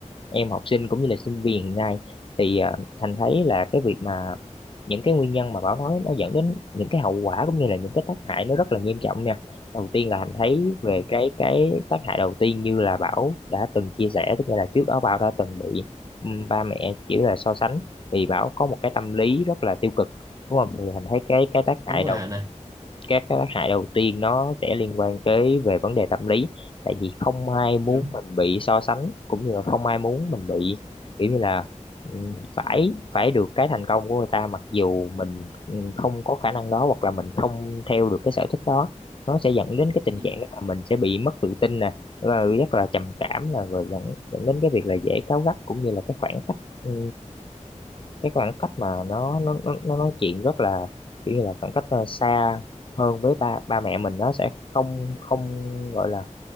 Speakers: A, on the left; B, on the right.
A: em học sinh cũng như là sinh viên hiện nay thì ờ, Thành thấy là cái việc mà những cái nguyên nhân mà Bảo nói nó dẫn đến những cái hậu quả cũng như là những cái tác hại nó rất là nghiêm trọng nha đầu tiên là Thành thấy về
B: Ừ,
A: cái cái tác hại đầu tiên như là Bảo đã từng chia sẻ tức là trước đó Bảo đã từng bị ừ, ba mẹ chỉ là so sánh thì bảo có một cái tâm lý rất là tiêu cực đúng không thì thành thấy cái cái tác hại
B: đúng rồi
A: đầu
B: Hà nè
A: các cái tác hại đầu tiên nó sẽ liên quan tới về vấn đề tâm lý tại vì không ai muốn
B: đúng
A: mình bị so sánh cũng như là không ai muốn mình bị kiểu như là ừ, phải phải được cái thành công của người ta mặc dù mình ừ, không có khả năng đó hoặc là mình không theo được cái sở thích đó nó sẽ dẫn đến cái tình
B: Ừ.
A: trạng đó là mình sẽ bị mất tự tin nè và rất là trầm cảm là rồi dẫn dẫn đến cái việc là dễ cáu gắt cũng như là cái khoảng cách ừ, cái khoảng cách mà nó nó nó, nó nói chuyện rất là kiểu như là khoảng cách ờ, xa hơn với ba ba mẹ mình nó sẽ không không gọi là